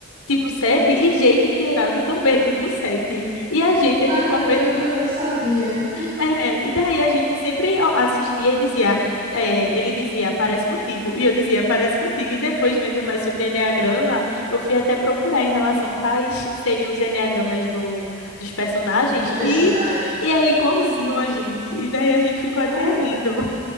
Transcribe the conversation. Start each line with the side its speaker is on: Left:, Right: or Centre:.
Left: tipo 7 e Jake Peralta também, é tipo sete E a gente
Right: Caramba,
Left: é tipo a me...
Right: eu não sabia
Left: é, e daí a gente sempre ó, assistia e dizia, é, ele dizia, parece contigo, e eu dizia, parece contigo. E depois vendo mais sobre enneagrama, eu fui até procurar em relação quais seriam os enneagramas do, dos personagens
Right: dos personagens.
Left: e e é igualzinho a gente. E daí a gente ficou
Right: Cara,
Left: até rindo.